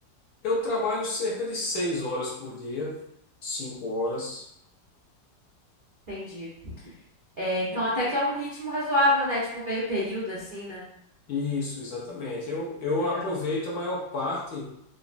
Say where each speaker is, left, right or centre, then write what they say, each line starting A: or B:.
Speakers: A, on the left (about 60°); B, on the right (about 65°).
A: Eu trabalho cerca de seis horas por dia, cinco horas.
B: Entendi. É, então até que é um ritmo razoável, né? Tipo meio período, assim, né?
A: Isso, exatamente. Eu, eu
B: Legal.
A: aproveito a maior parte